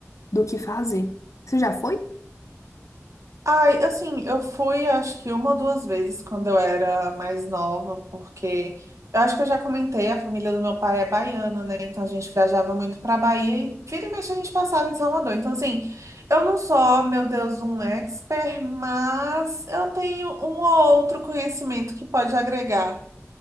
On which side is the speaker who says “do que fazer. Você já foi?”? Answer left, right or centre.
Left